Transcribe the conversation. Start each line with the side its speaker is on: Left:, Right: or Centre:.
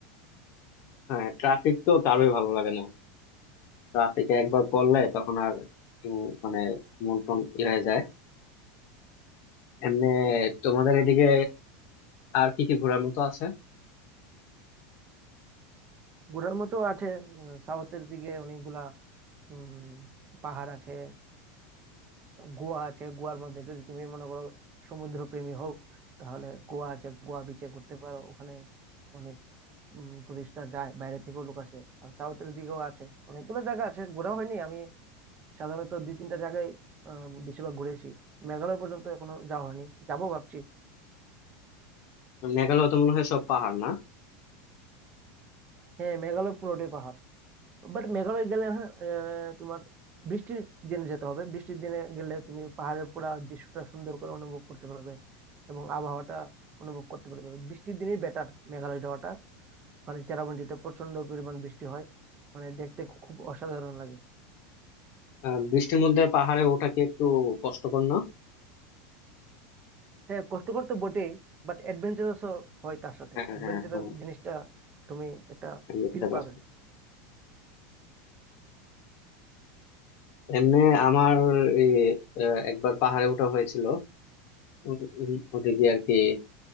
Left: হ্যাঁ ট্রাফিক তো কারোই ভালো লাগে না ট্রাফিকে একবার পড়লে তখন আর উম, মানে মন টন ইয়ে হয়ে যায় এমনি তোমাদের এদিকে আর কি কি ঘোরার মতো আছে
Right: ঘোরার মতো আছে সাউথের দিকে অনেকগুলা উম পাহাড় আছে গোয়া আছে গোয়ার মধ্যে যদি তুমি মনে করো সমুদ্র প্রেমী হও তাহলে গোয়া আছে গোয়া বিচে ঘুরতে পারো ওখানে অনেক টুরিস্টরা যায় বাইরে থেকেও লোক আসে আর সাউথের দিকেও আছে অনেকগুলো জায়গা আছে ঘোরা হয়নি আমি সাধারণত দুই তিনটা জায়গায় আহ, বেশিরভাগ ঘুরেছি মেঘালয় পর্যন্ত এখনো যাওয়া হয়নি যাবো ভাবছি
Left: মেঘালয় তো মনে হয় সব পাহাড় না
Right: হ্যাঁ মেঘালয় পুরোটাই পাহাড় বাট মেঘালয় গেলে হ্যাঁ আহ, তোমার বৃষ্টির দিনে যেতে হবে বৃষ্টির দিনে গেলে তুমি পাহাড়ের পুরা দৃশ্যটা সুন্দর করে অনুভব করতে পারবে এবং আবহাওয়াটা অনুভব করতে পারবে বৃষ্টির দিনেই বেটার মেঘালয় যাওয়াটা মানে চেরাপুঞ্জিতে প্রচন্ড পরিমাণ বৃষ্টি হয় মানে দেখতে খু- খুব অসাধারণ লাগে
Left: আহ, বৃষ্টির মধ্যে পাহাড়ে ওঠা কি একটু কষ্টকর না
Right: হ্যাঁ কষ্টকর তো বটেই বাট অ্যাডভেঞ্চারাসও হয় তার সাথে
Left: হ্যাঁ
Right: অ্যাডভেঞ্চারাস
Left: হ্যাঁ হ্যাঁ
Right: জিনিসটা তুমি একটা
Left: বুঝতে
Right: ফিল
Left: পারছি
Right: পাবে
Left: এমনি আমার এই, আহ, একবার পাহাড়ে ওঠা হয়েছিল উম, উম, ওদিকে আর কি